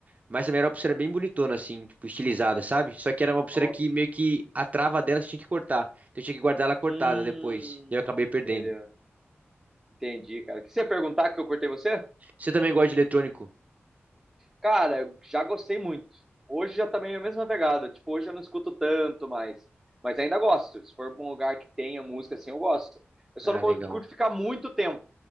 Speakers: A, on the right (about 35°); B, in the centre.
A: mas também era uma pulseira bem bonitona, assim, tipo, estilizada, sabe? Só que era uma pulseira
B: top.
A: que meio que a trava dela você tinha que cortar. Então eu tinha que guardar ela cortada
B: Hum,
A: depois, e eu acabei perdendo.
B: entendeu? Entendi, cara. O que você ia perguntar que eu cortei você?
A: Você também gosta de eletrônico?
B: Cara, eu já gostei muito. Hoje já também é a mesma pegada. Tipo, hoje eu não escuto tanto mais. Mas ainda gosto. Se for pra um lugar que tenha música assim, eu gosto. Eu só
A: Ah,
B: não cur-
A: legal.
B: curto ficar muito tempo.